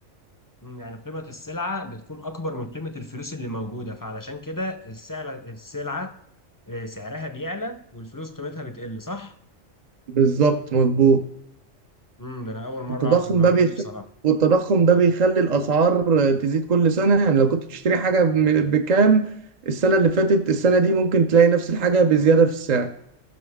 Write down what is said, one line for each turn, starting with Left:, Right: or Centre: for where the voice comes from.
Left: أمم، يعني قيمه السلعه بتكون اكبر من قيمه الفلوس اللي موجوده فعلشان كده السلعه السلعه آه، سعرها بيعلى والفلوس قيمتها بتقل صح
Right: بالظبط مظبوط
Left: امم ده انا اول مره
Right: التضخم
Left: اعرف المعلومه
Right: ده بيخ...
Left: دي بصراحه
Right: والتضخم ده بيخلي الأسعار تزيد كل سنة يعني لو كنت بتشتري حاجة ب- بكام السنة اللي فاتت السنة دي ممكن تلاقي نفس الحاجة بزيادة في السعر